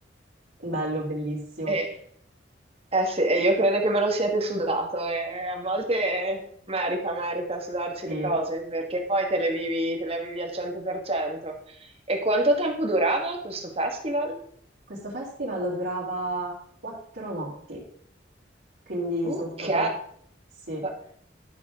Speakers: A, on the right (about 60°); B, on the right (about 30°).
A: bello, bellissimo.
B: E Eh sì, e io credo che ve lo siete sudato e a volte merita, merita sudarsi
A: Sì.
B: le cose perché poi te le vivi, te le vivi al 100%. E quanto tempo durava questo festival?
A: Questo festival durava quattro notti, quindi
B: Ok,
A: sono state... Sì.
B: be-